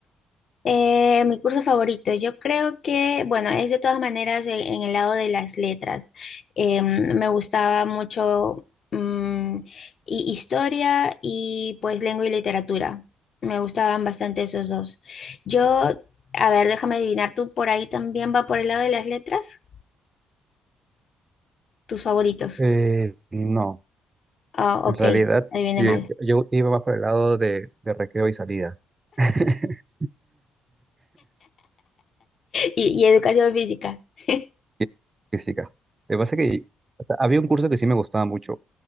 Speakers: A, on the left; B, on the right.
A: Eh, mi curso favorito, yo creo que, bueno, es de todas maneras en, en el lado de las letras. Eh, me gustaba mucho mm, hi- historia y pues lengua y literatura. Me gustaban bastante esos dos. Yo, a ver, déjame adivinar, ¿tú por ahí también va por el lado de las letras? ¿Tus favoritos?
B: Eh, no,
A: Ah,
B: en
A: ok,
B: realidad
A: adiviné
B: yo,
A: mal. <laughs>
B: yo iba más por el lado de, de recreo y salida. <laughs>
A: Y, y educación física. <laughs>
B: Y Física. Lo que pasa es que o sea, había un curso que sí me gustaba mucho.